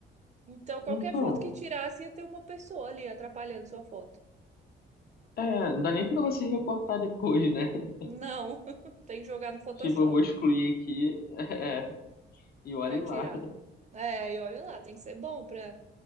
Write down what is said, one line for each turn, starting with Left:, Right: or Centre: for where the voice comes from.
Right: Então, qualquer
Left: Então,
Right: foto que tirasse, ia ter uma pessoa ali atrapalhando sua foto.
Left: é, não dá nem pra você recortar depois, né? <laughs>
Right: Não, <laughs> tem que jogar no Photoshop
Left: Tipo, eu vou excluir aqui, <laughs> é, e olhe
Right: pra
Left: lá.
Right: tirar. É, e olha lá, tem que ser bom pra,